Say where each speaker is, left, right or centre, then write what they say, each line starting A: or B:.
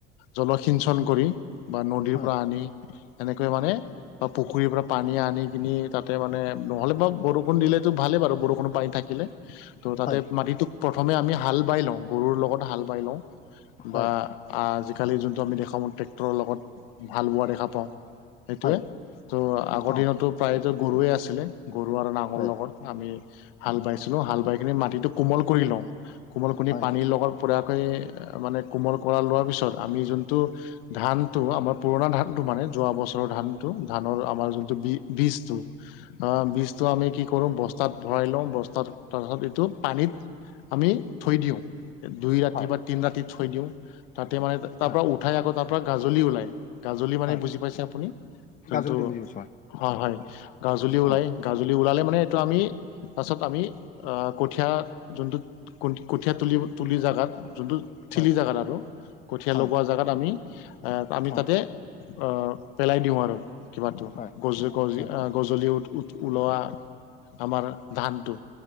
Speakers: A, on the left; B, on the left.
A: জলসিঞ্চন কৰি, বা নদীৰ
B: হয়
A: পৰা আনি, এনেকৈ মানে বা পুখুৰীৰ পৰা পানী আনি কিনি, তাতে মানে নহ'লে মই, বৰষুণ দিলেটো ভালেই বাৰু, বৰষুণ পানী থাকিলে। ত' তাতে
B: হয়
A: মাটিটোক, প্ৰথমে আমি হাল বাই লওঁ, গৰুৰ লগত হাল বাই লওঁ।
B: হয়
A: বা, আজিকালি যোনটো আমি দেখা পাওঁ ট্ৰেক্টৰৰ লগত হাল বোৱা দেখা পাওঁ। সেইটোৱে,
B: হয়
A: ত' আগৰ
B: অ
A: দিনতটো প্ৰায়তো গৰুৱে আছিলে, গৰু আৰু নাঙলৰ
B: হয়
A: লগত। আমি হাল বাইছিলোঁ, হাল বাই কিনি মাটিটো কোমল কৰি লওঁ, কোমল কৰি
B: হয়
A: পানীৰ লগত পৰাকৈ মানে কোমল কৰা লোৱাৰ পিছত, আমি যোনটো ধান টো আমাৰ পুৰণা ধানতটো, মানে যোৱা বছৰৰ ধান টো, ধানৰ আমাৰ যোনটো বিজ বীজটো
B: <inaudible>
A: অ', বীছ এইটো আমি কি কৰোঁ, বস্তাত ভৰাই লওঁ, বস্তাত তাৰপাছত এইটো পানীত আমি থৈ দিওঁ। দুই ৰাতি
B: হয়
A: বা তিন ৰাতি থৈ দিওঁ, তাতে মানে তাৰ
B: হয়
A: পৰা উঠাই আকৌ তাৰ গাজলি ওলায়, গাজলি মানে
B: হয়
A: বুজি পাইছে আপুনি, যোনটো
B: গাজলটো বুজি পাইছো
A: হয়, হয় গাজুলি ওলাই,
B: হয়
A: গাজুলি ওলালে মানে এইটো আমি পাছত আমি, আ' কঠীয়া যোনটোত কঠীয়া তুলি-তুলি জাগাত, যোনটো ঠিলি
B: হয়
A: জাগাতাটো, কঠীয়া
B: হয়
A: লগোৱা জাগাত আমি এ, আমি
B: হয়
A: তাতে অ', পেলাই দিওঁ আৰু। কিবাটো,
B: হয়
A: গজি-গজি
B: হয়
A: আ' গজলি ওত-ওত ওলোৱা, আমাৰ ধানটো।